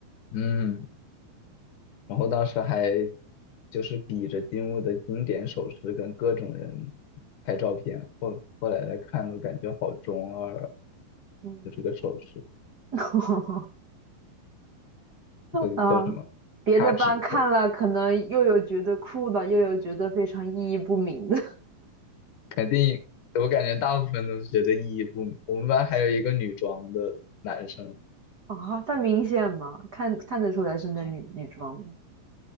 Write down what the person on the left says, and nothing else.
嗯。然后当时还就是比着金木的经典手势跟各种人拍照片，后后来来看都感觉好中二啊，
就这个手势，
就叫什么掐指头，
肯定我感觉大部分都是觉得意义不明。我们班还有一个女装的男生，